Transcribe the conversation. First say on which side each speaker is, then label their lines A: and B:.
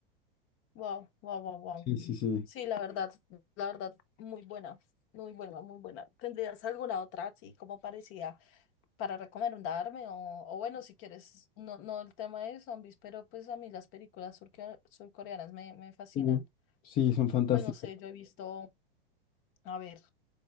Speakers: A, on the left (about 45°); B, on the left (about 30°).
A: Wow, wow, wow, wow.
B: Sí, sí, sí.
A: Sí, la verdad, la verdad, muy buena, muy buena, muy buena. ¿Tendrías alguna otra así como parecida para recomendarme? O, o bueno, si quieres, no, no el tema de zombies, pero pues a mí las películas surcorea- surcoreanas me, me fascinan.
B: Sí, sí, son fantásticos
A: Pues no sé, yo he visto, a ver.